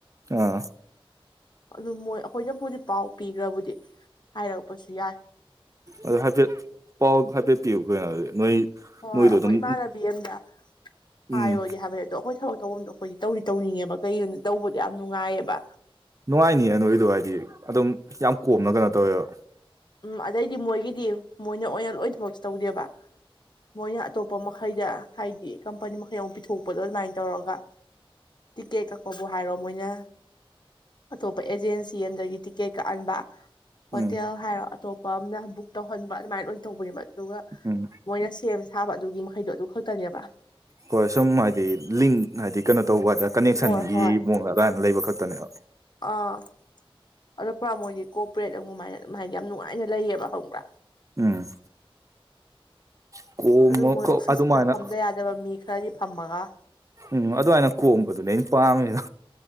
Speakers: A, on the right (about 35°); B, on the left (about 50°).
A: ꯑꯥ
B: ꯑꯗꯨ ꯃꯣꯏ ꯑꯩꯈꯣꯏꯅꯕꯨꯗꯤ ꯄꯥꯎ ꯄꯤꯈ꯭ꯔꯕꯨꯗꯤ ꯍꯥꯏꯔꯛꯄꯁꯨ ꯌꯥꯏ
A: ꯑꯗꯨ ꯍꯥꯏꯐꯦꯠ ꯄꯥꯎ ꯍꯥꯏꯐꯦꯠ ꯄꯤꯌꯨ ꯀꯩꯅꯣꯗꯤ ꯅꯣꯏ
B: ꯍꯣꯏ
A: ꯅꯣꯏꯗꯣ
B: ꯍꯣꯏ ꯑꯩꯈꯣꯏ
A: ꯑꯗꯨꯝ
B: ꯏꯃꯥꯟꯅꯕꯤ ꯑꯝꯗ ꯍꯥꯏꯌꯨꯔꯗꯤ
A: ꯎꯝ
B: ꯍꯥꯏꯕꯅꯤ ꯑꯗꯣ ꯑꯩꯈꯣꯏ ꯊꯕꯛ ꯇꯧꯕꯐꯝ ꯑꯗꯣ ꯑꯩꯈꯣꯏꯒꯤ ꯇꯧꯔꯤ ꯇꯧꯅꯤꯡꯉꯦꯕ ꯀꯩꯒꯤꯅꯣꯗꯣ ꯇꯧꯕꯗꯣ ꯌꯥꯝ ꯅꯨꯡꯉꯥꯏꯌꯦꯕ
A: ꯅꯨꯡꯉꯥꯏꯅꯤ ꯅꯣꯏꯗꯣ ꯍꯥꯏꯗꯤ ꯑꯗꯨꯝ ꯌꯥꯝ ꯀꯣꯝꯅ ꯀꯩꯅꯣ ꯇꯧꯋꯦꯕ
B: ꯎꯝ ꯑꯗꯩꯗꯤ ꯃꯣꯏꯒꯤꯗꯤ ꯃꯣꯏꯅ ꯑꯣꯏꯅ ꯂꯣꯏ ꯊꯕꯛꯁꯨ ꯇꯧꯗꯦꯕ ꯃꯣꯏꯅ ꯑꯇꯣꯞꯄ ꯃꯈꯩꯗ ꯍꯥꯏꯗꯤ ꯀꯝꯄꯅꯤ ꯃꯈꯩ ꯑꯃ ꯄꯤꯊꯣꯛꯄꯗꯣ ꯑꯗꯨꯃꯥꯏꯅ ꯇꯧꯔꯒ ꯇꯤꯀꯦꯠ ꯀꯛꯄꯕꯨ ꯍꯥꯏꯔꯣ ꯃꯣꯏꯅ ꯑꯇꯣꯞꯄ ꯑꯦꯖꯦꯟꯁꯤ ꯑꯗꯒꯤ ꯇꯤꯛꯀꯦꯠ ꯀꯛꯍꯟꯕ ꯍꯣꯇꯦꯜ
A: ꯎꯝ
B: ꯍꯥꯏꯔꯣ ꯑꯇꯣꯞꯄ ꯑꯃꯅ ꯕꯨꯛ ꯇꯧꯍꯟꯕ ꯑꯗꯨꯃꯥꯏꯅ ꯂ ꯑꯣꯏꯅ ꯇꯧꯕꯅꯦ ꯃ ꯑꯗꯨꯒ
A: ꯎꯝ
B: ꯃꯣꯏꯅ ꯁꯦꯝ ꯁꯥꯕ ꯑꯗꯨꯒꯤ ꯃꯈꯩꯗꯣ ꯑꯗꯨ ꯈꯛꯇꯅꯦꯕ
A: ꯍꯣꯏ ꯁꯨꯝ ꯍꯥꯏꯗꯤ ꯂꯤꯡ ꯍꯥꯏꯗꯤ ꯀꯩꯅꯣ ꯇꯧꯕ ꯍꯥꯏꯗ ꯀꯅꯦꯛꯁꯟꯒꯤ
B: ꯍꯣꯏ ꯍꯣꯏ
A: ꯃꯑꯣꯡ ꯑꯗꯨꯃꯥꯏꯅ ꯂꯩꯕ ꯈꯛꯇꯅꯦꯕ
B: ꯑꯥ ꯑꯗꯣ ꯄꯨꯔꯥ ꯃꯣꯏꯒꯤ ꯀꯣꯛ ꯄ꯭ꯔꯦꯠ ꯑꯃꯃꯥꯏꯅ ꯃꯥ ꯍꯥꯏꯗꯤ ꯌꯥꯝ ꯅꯨꯡꯉꯥꯏꯅ ꯂꯩꯌꯦꯕ ꯍꯪꯕ꯭ꯔꯥ
A: ꯎꯝ ꯀꯣꯝꯃ
B: ꯑꯗꯨ ꯃꯣꯏ ꯑꯣꯐꯤꯁꯇꯨꯗ
A: ꯑꯗꯨꯃꯥꯏꯅ
B: ꯐꯝꯗ ꯌꯥꯗꯕ ꯃꯤ ꯈꯔꯗꯤ ꯐꯝꯃꯒ
A: ꯎꯝ ꯑꯗꯨꯃꯥꯏꯅ ꯀꯣꯝꯕꯗꯨꯅꯦ ꯑꯩꯅ ꯄꯥꯝꯃꯤꯅ